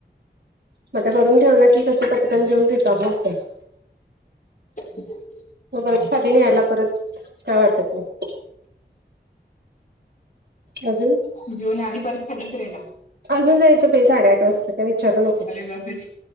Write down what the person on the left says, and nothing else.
<inaudible>
जेवण आणि परत खालीच राहिला
अरे बापरे